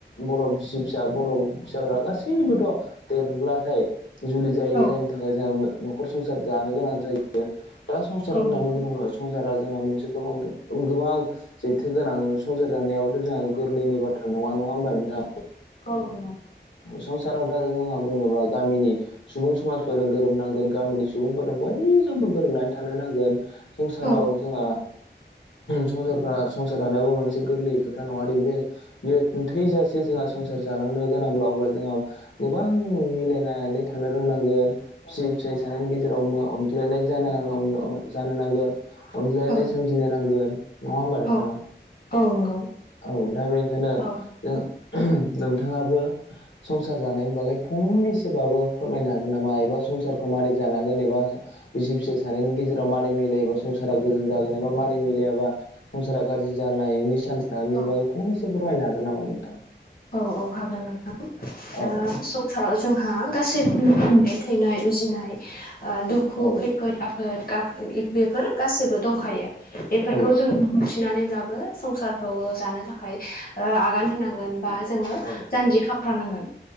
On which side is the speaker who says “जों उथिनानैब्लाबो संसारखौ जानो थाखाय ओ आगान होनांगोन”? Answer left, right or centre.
Left